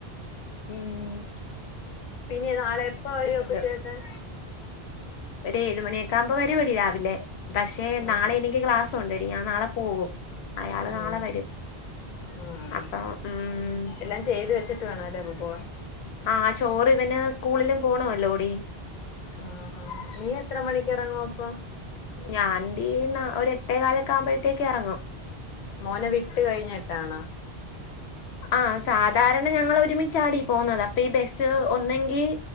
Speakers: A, on the left; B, on the left.
A: മ്മ്
B: പിന്നെ നാളെ ഉപ്പ വരും അപ്പൊ
A: ഉണ്ട്.
B: ചേട്ടൻ?
A: ഒരു ഏഴ് മണിയൊക്കാകുമ്പോ വരുവെടി രാവിലെ. പക്ഷെ...
B: ആഹ്
A: നാളെ എനിക്ക് ക്ലാസ്സൊണ്ടെടി ഞാൻ നാളെ പോകും. അയാള്
B: ആഹ്
A: നാളെ വരും.
B: ആഹ്
A: അപ്പോ ഉം -
B: എല്ലാം ചെയ്ത് വെച്ചിട്ട് വേണം അല്ലെ അപ്പൊ പോവാൻ.
A: ആഹ് ചോറിവന് സ്കൂളിലും പോണവല്ലോടി.
B: ആ ആ നീ എത്ര മണിക്കെറങ്ങുവ പ്പൊ?
A: ഞാൻടി ഒരെട്ടേകാലൊക്കാകുമ്പോഴത്തേക്ക് എറങ്ങും.
B: മോന വിട്ട് കഴിഞ്ഞട്ടാണാ
A: ആ സാധാരണ ഞങ്ങളൊരുമിച്ചാടി പോകുന്നത് അപ്പൊ ഈ ബസ്സ് ഒന്നങ്കിൽ ഈ